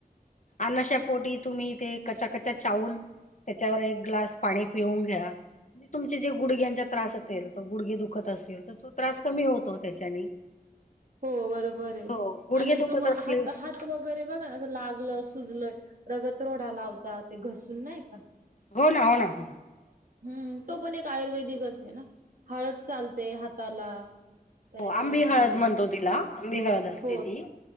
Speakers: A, on the left (about 50°); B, on the right (about 65°).
A: अशा पोटी तुम्ही ते क्कचा चावल... त्याच्यावर एक ग्लास पाणी पिऊन घ्या म्हणजे तुमचे जे गुडग्यांचा त्रास असेल तर गुडगे दुख असल तर तो त्रास कमी होतो त्याच्याने..
B: हो बरोबर आहे.
A: हो गुडघे
B: आणि
A: दुखत
B: तुम
A: असतील
B: हात हात वगैरे बघा ना लागलं सुजलं.. रगत रोडा लावता ते घसून नाही का.
A: हो ना हो ना हो ना.
B: हम्म तो पण एक आयुर्वेदिकच आहे ना हळद चालते हाताला. त्यानी
A: हो आंबी
B: बरं होत
A: हळद
B: बोलता
A: म्हणतो तिला आंबी
B: हो
A: हळद असते
B: हो.
A: ती